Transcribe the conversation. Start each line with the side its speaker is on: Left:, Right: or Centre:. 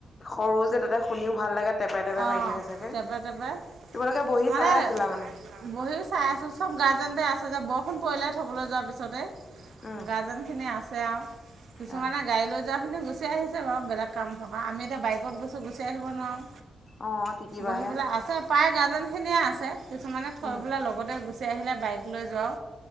Left: সৰু যে। তাতে শুনিও ভাল লাগে টেপেৰ টেপেৰ
Right: অঁ
Left: মাৰি থাকে চাগে,
Right: টেপে টেপে
Left: তোমালোকে বহি
Right: মানে
Left: চাই আছিলা মানে?
Right: বহি চাই আছো চব গাৰ্জেনতে আছে যে বৰষুণ পৰিলে থবলৈ যোৱাৰ পিছতে।
Left: উম
Right: গাৰ্জেন খিনি আছে আৰু, কিছুমানে
Left: আহ
Right: গাড়ী লৈ যোৱাখিনি গুচি আহিছে বাৰু বেলেগ কাম আমি এতিয়া বাইকত গৈছোঁ গুচি আহিব নোৱাৰোঁ,
Left: অ তিতিবাহে
Right: বহিবলে আছে। প্ৰায় গাৰ্জেনখিনিয়ে আছে কিছুমানে থৈ
Left: উম
Right: বোলে লগতে গুচি আহিলে বাইক লৈ যাওঁ।